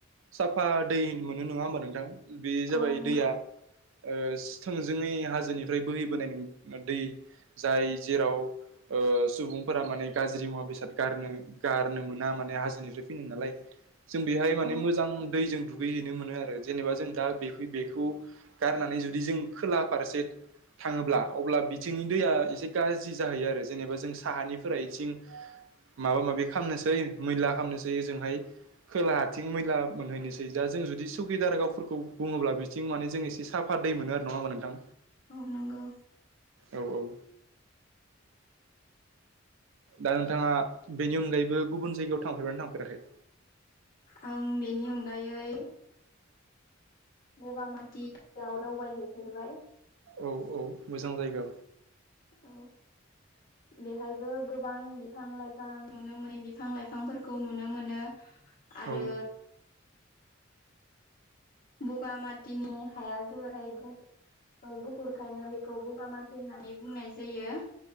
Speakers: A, on the right (about 70°); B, on the left (about 45°).
A: साफा दै मोनो नोङा होमबा नोंथां? बे जाबाय
B: औ नंगौ
A: दैया ओ सि थोंजोङै हाजो निफ्राय बोहैबोनाय नों ओ दै जाय जेराव ओ सुबुंफोरा माने गाज्रि मुवा बेसाद गारनो गारनो मोना माने हाजोनिफ्राय फैनो नालाय। जों बेहाय
B: औ
A: माने मोजां दैजों दु गै हैनो मोनो आरो जेनेबा जों दा बे बेखौ गारनानै जुदि जों खोला फारसे थाङोब्ला अब्ला बिथिंनि दैया एसे गाज्रि जाहैयो आरो। जेनेबा जों साहा निफ्राय जिं माबा माबि खामनोसै मैला खामनोसै ओजों हाय खोलाहा थिं मैला मोनहैनो सै दा जों जुदि सुखि दारागाव फोरखौ बुङोब्ला बिथिं माने जों एसे साफा दै मोनो नोङा होमबा नोंथां।
B: औ नोंगौ।
A: औ औ। दा नोंथाङा बेनि अनगायैबो गुबुन जायगायाव थांफेर बायना थांफेराखै?
B: आं बेनि अनगायै बगामाथि याव दावबाय हैफेरबाय।
A: औ औ मोजां जायगा।
B: औ बेहायबो गोबां बिफां लाइफां नुनो मोनि बिफां लाइफां फोरखौ नुनो मोनो। आरो
A: औ
B: बगामाथिनि हाया जोबोरहाय गु गुफुर खायनो बेखौ बबा माथि होननानै बुंनाय जायो।